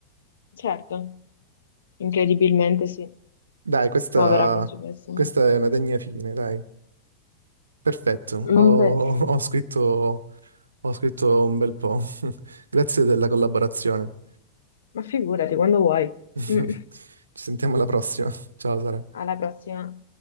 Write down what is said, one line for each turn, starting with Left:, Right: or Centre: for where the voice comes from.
Left: Certo, incredibilmente sì.
Right: Dai, questa,
Left: Povera principessa.
Right: questa è una degna fine, dai. Perfetto, ho,
Left: Non pote-
Right: ho scritto, ho scritto un bel po'. <laughs> Grazie della collaborazione.
Left: Ma figurati, quando vuoi.
Right: <laughs>
Left: Mm.
Right: Ci sentiamo alla prossima. Ciao Sara.
Left: Alla prossima.